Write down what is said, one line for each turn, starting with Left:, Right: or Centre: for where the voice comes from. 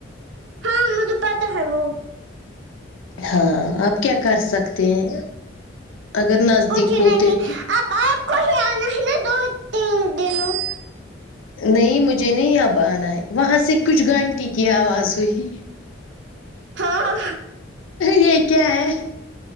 Right: ہاں مجھے پتا ہے وہ
Left: ہاں اب کیا کر سکتے ہیں اگر نزدیک
Right: کچھ
Left: ہوتے
Right: نہیں
Left: تو
Right: اب آپ کو ہی آنا ہے نا دو تین دنوں
Left: نہیں مجھے نہیں اب آنا ہے وہاں سے کچھ گھنٹی کی آواز ہوئی
Right: ہاں
Left: یہ کیا ہے